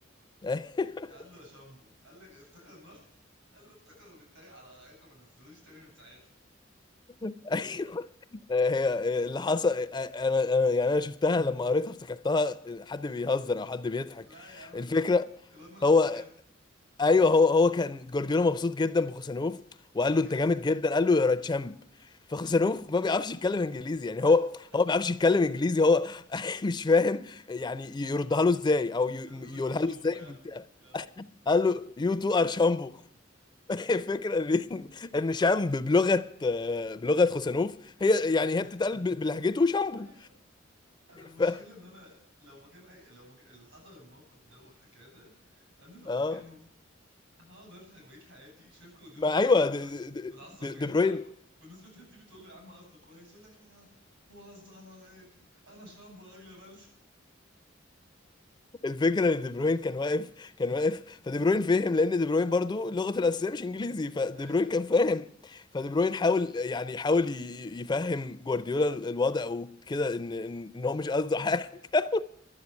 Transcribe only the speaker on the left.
<laughs>
ايوه هي هي اللي حصل انا انا يعني انا شفتها لما قريتها افتكرتها حد بيهزر او حد بيضحك
الفكره
هو
ايوه هو هو كان جوارديولا مبسوط جدا بخوسانوف
وقال له انت جامد جدا قال له يا تشامب فخوسانوف ما بيعرفش يتكلم انجليزي يعني
هو هو ما بيعرفش يتكلم انجليزي هو <laughs> مش فاهم يعني يردها له ازاي او ي-
يقولها
له ازاي
بتاع.
قال له يو تو ار شامبو <laughs> الفكره ان ان شامب بلغه بلغه خوسانوف هي يعني هي بتتقال بلهجته شامبو
<laughs> ف...
اه
ما
ايوه دي,
دي,
دي,
دي بروين
الفكره ان دي بروين كان واقف كان واقف فدي بروين فهم لان دي بروين برضو لغته الاساسيه مش انجليزي فدي
بروين كان فاهم فدي بروين حاول يعني حاول ي- يفهم جوارديولا الوضع وكده ان ان إن هو مش قصده حاجه <laughs>